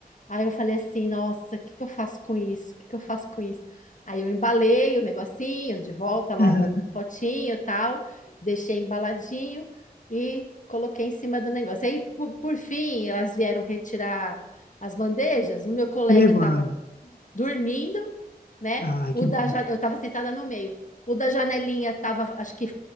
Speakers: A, on the left; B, on the left.
A: Aí eu falei assim, nossa, o que que eu faço com isso? O que que eu faço com isso? Aí eu embalei o negocinho de volta lá
B: Aham.
A: no, no potinho e tal, deixei embaladinho e coloquei em cima do negócio. Aí, por, por fim, elas vieram retirar as bandejas. O meu colega
B: E levaram.
A: estava dormindo, né?
B: Ah,
A: O
B: que
A: da,
B: bom.
A: ja- eu estava sentada no meio. O da janelinha estava, acho que,